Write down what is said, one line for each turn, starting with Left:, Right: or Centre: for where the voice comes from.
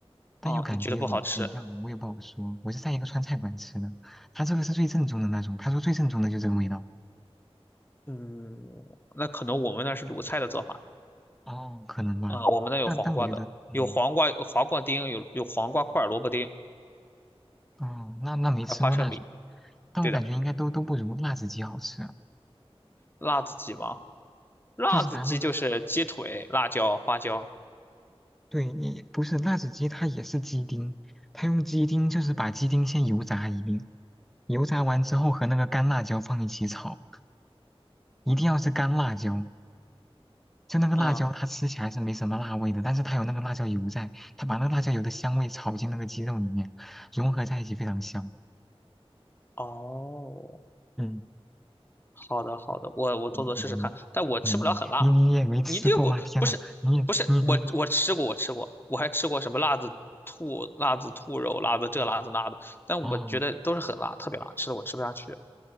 Centre: 但又感觉有点不太一样，
Left: 啊。你觉得不好吃？
Centre: 我也不好说。我是在一个川菜馆吃的，他这个是最正宗的那种，他说最正宗的就这个味道，
Left: 嗯，那可能我们那是鲁菜的做法
Centre: 哦，可能吧。
Left: 啊，我们那有黄瓜的，
Centre: 但但我觉得，嗯。
Left: 有黄瓜，有黄瓜丁，有有黄瓜块儿、萝卜丁，
Centre: 哦，那那没吃过那种，
Left: 还有花生米。
Centre: 但我感觉应该都都不如辣子鸡好吃。
Left: 对的，辣子鸡吗？辣子鸡就是鸡腿、
Centre: 就是拿那个，
Left: 辣椒、花椒。
Centre: 对，你不是辣子鸡，它也是鸡丁，它用鸡丁就是把鸡丁先油炸一遍，油炸完之后和那个干辣椒放一起炒，一定要是干辣椒。就那个辣椒，
Left: 嗯，
Centre: 它吃起来是没什么辣味的，但是它有那个辣椒油在，它把那个辣椒油的香味炒进那个鸡肉里面，融合在一起非常香。
Left: 哦，
Centre: 嗯，
Left: 好的，好的，我我做做试试看，
Centre: 你你
Left: 但我吃不了很辣。
Centre: 你你你你也没吃过吗？
Left: 你这个果不是不是我我吃过，
Centre: 天呐，你也你你你
Left: 我吃过，我还吃过什么辣子兔、辣子兔肉、辣子这、辣子那的，但我觉得都是很辣，
Centre: 哦。
Left: 特别辣，吃的我吃不下去。